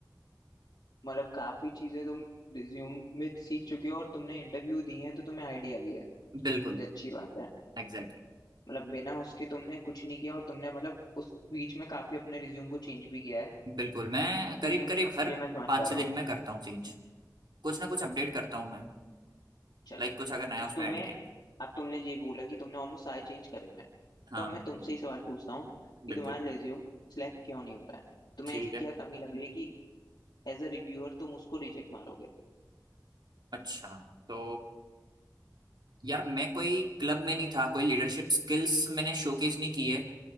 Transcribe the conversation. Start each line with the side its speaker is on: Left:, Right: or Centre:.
Left: मतलब काफी चीजें तुम रिज्यूम में सीख चुके हो और तुमने इंटरव्यू दिए हैं तो तुम्हें आइडिया भी है
Right: में बिल्कुल
Left: ये अच्छी बात है
Right: Exactly exactly.
Left: मतलब बिना उसके तुमने कुछ नहीं किया और तुमने मतलब उस बीच में काफी अपने रिज्यूम को चेंज भी किया है
Right: बिल्कुल मैं करीब
Left: ठीक है
Right: करीब हर
Left: ये मैं समझ
Right: पाँच
Left: पा रहा
Right: छः दिन
Left: हूँ
Right: में करता हूँ चेंज कुछ ना कुछ अपडेट करता हूँ मैं
Left: चलो
Right: लाइक कुछ अगर नया
Left: तो
Right: उसमें
Left: तुम्हें
Right: ऐड किया तो।
Left: अब तुमने ये बोला कि तुमने ऑलमोस्ट सारे चेंज करे हुए हैं
Right: हाँ
Left: तो अब मैं तुमसे ही सवाल पूछता हूँ कि
Right: बिल्कुल
Left: तुम्हारा रिज्यूम सिलेक्ट क्यों नहीं हो रहा है तुम्हें
Right: ठीक
Left: ऐसी क्या
Right: है
Left: कमी लग रही है कि एज अ रिव्यूअर तुम उसको रिजेक्ट मारोगे
Right: अच्छा तो यार मैं कोई क्लब में नहीं था कोई लीडरशिप स्किल्स मैंने शोकेस नहीं की है